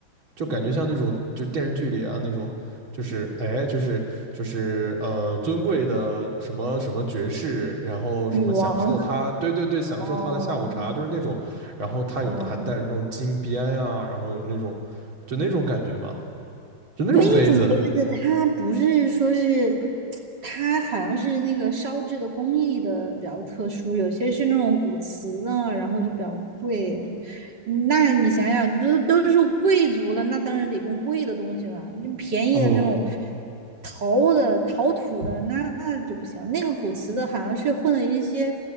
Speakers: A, on the right; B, on the right.
A: 就感觉像那种就电视剧里啊那种，就是哎就是就是呃尊贵的什么什么爵士，然后什么享受他，
B: 女王，
A: 对对对，享受他的下午茶，
B: <laughs> 哦
A: 就是那种，然后他有的还带着那种金边啊，
B: 哦，
A: 然后有那种就那种感觉嘛，就那种杯子
B: 那种杯子它不是说是，它好像是那个烧制的工艺的比较特殊，有些是那种古瓷的，然后就比较贵。嗯那你想想，就是都是贵族了，那当然得用贵的东西了。就便宜的那种
A: 哦
B: 陶的、陶土的，那就不行。那个古瓷的好像是混了一些。